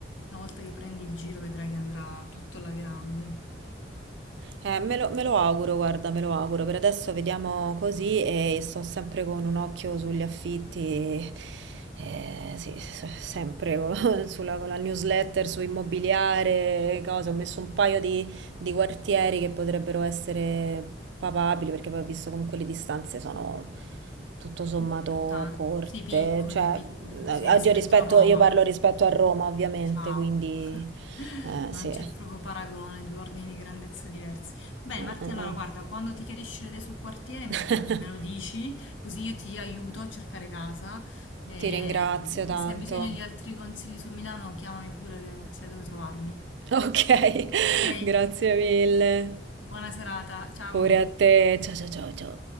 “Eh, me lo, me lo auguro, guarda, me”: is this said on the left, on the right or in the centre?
Right